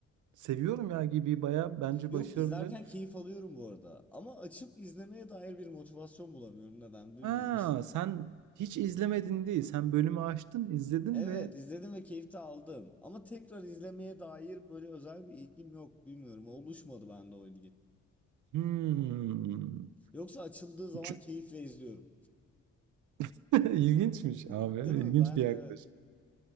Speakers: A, on the right; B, in the centre.
A: seviyorum ya Gibi baya bence
B: Yok
A: başarılı.
B: izlerken keyif alıyorum bu arada. Ama açıp izlemeye dair bir motivasyon bulamıyorum. Neden bilmiyorum.
A: Ha, sen
B: <laughs>
A: hiç izlemedin değil. Sen bölümü açtın, izledin
B: Evet
A: ve
B: izledim ve keyif de aldım. Ama tekrar izlemeye dair böyle özel bir ilgim yok. Bilmiyorum. Oluşmadı bende o ilgi.
A: hmm.
B: Yoksa açıldığı zaman
A: Ç-
B: keyifle izliyorum.
A: <laughs> İlginçmiş
B: <laughs> Değil
A: abi. ilginç
B: mi? Ben
A: bir yaklaşım.
B: de evet.